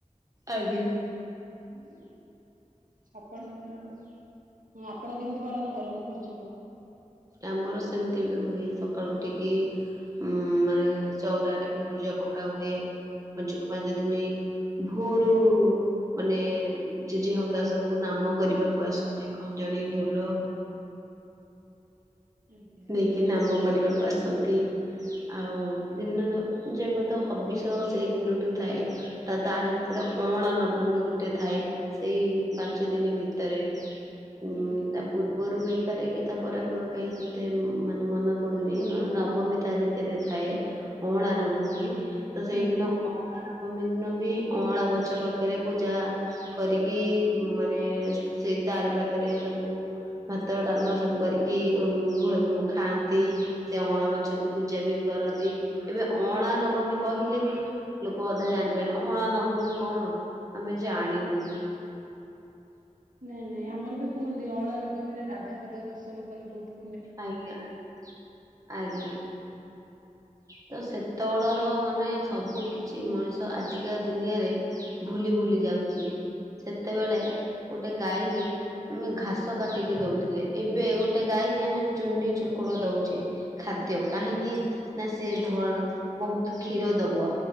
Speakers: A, on the right; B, on the right.
A: ଆଜ୍ଞା।
B: ହୁଁ। ଆପଣଙ୍କର ଆଉ ଆପଣ କେମିତି ପାଳନ କରନ୍ତି ପଞ୍ଚୁକ?
A: ଆମର ସେମିତି ବି ହୁଏ ସକାଳୁ ଉଠିକି ଉଁ ମାନେ ଚଉରାରେ ମୁରୁଜ ପକା ହୁଏ ପଞ୍ଚୁକ ପାଞ୍ଚ ଦିନି ଭୋରୁ ମାନେ ଜେଜେ ହଙ୍କା ସବୁ ନାମ କରିବାକୁ ଆସନ୍ତି ଖଞ୍ଜଣି ଢୋଲ
B: ଆଜ୍ଞା
A: ନେଇକି ନାମ କରିବାକୁ ଆସନ୍ତି। ଆଉ ଦିନ ଯେବେତ ହବିଷ ସେଇ ଦିନଠୁ ଥାଏ। ତା ତାରି ଭିତରେ ଅଁଳା ନବମୀ ଗୋଟେ ଥାଏ। ସେଇ ପାଞ୍ଚ ଦିନି ଭିତରେ ଉଁ
B: ଆଜ୍ଞା
A: ତା ପୂର୍ବରୁ ହେଇପାରେ କେ ପରେ ମୋର କାଇଁ ସେତେ ମ୍-ମାନେ ମନେ ପଡୁନି ନହନେ ନବମି ତା ଭିତରେ ଥାଏ। ଅଁଳା ନବମୀ ତ ସେଇଦିନ
B: ଆଜ୍ଞା।
A: ଅଁ ଅଁଳା ନବମୀ ଦିନ ବି ଅଁଳା ଗଛ ପାଖରେ ପୂଜା କରିକି ଉଁ ମାନେ ସେଇ ତାରି ପାଖରେ ସବୁ ଭାତ, ଡାଲମା ସବୁ କରିକି ଉମ୍ ଭ ଖାଆନ୍ତି। ସେ ଅଁଳା ଗଛକୁ ପୂଜା ବି କରନ୍ତି ଏବେ ଅଁଳା ନବମୀ କହିଲେ ବି ଲୋକ ଅଧା ଜାଣିପାରି ଅଁଳା ନବମି କଣ ଆମେ ଜାଣିନୁ।
B: ନାଇଁ ନାଇଁ ଆମର ବି କୁହନ୍ତି ଅଁଳା ନବମୀରେ ରାଧା ପାଦ ଦର୍ଶନ କଲେ ବୋହୁତ
A: ଆଜ୍ଞା ଆ ଆଜ୍ଞା। ତ ସେତବେଳର ମାନେ ସବୁକିଛି ମଣିଷ ଆଜିକା ଦୁନିଆରେ ଭୁଲି ଭୁଲି ଯାଉଚି। ସେତେବେଳେ ଗୋଟେ ଗାଈକିି ଆମେ ଘାସ କାଟିକି ଦୋଉଥିଲେ ଏବେ ଗୋ ଗୋଟେ ଗାଈକି ଆମେ ଚୁନି ଚୋକୁଡ ଦୋଉଚେ ଖାଦ୍ୟ କାହିଁକି
B: ଆଜ୍ଞା
A: ନା ସିଏ ଧଳ୍ ବୋହୁତୁ କ୍ଷୀର ଦବ।